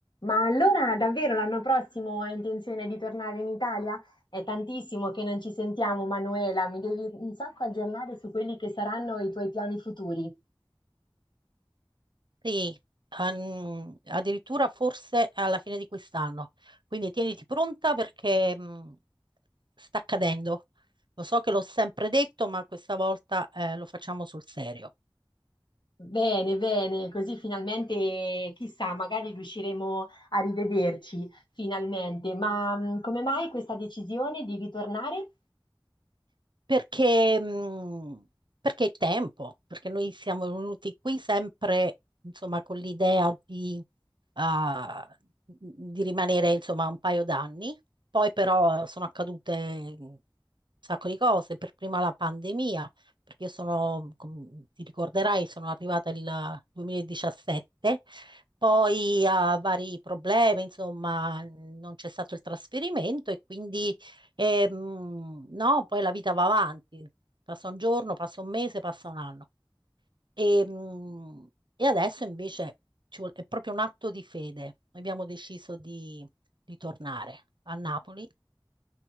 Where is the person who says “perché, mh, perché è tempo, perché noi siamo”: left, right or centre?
Right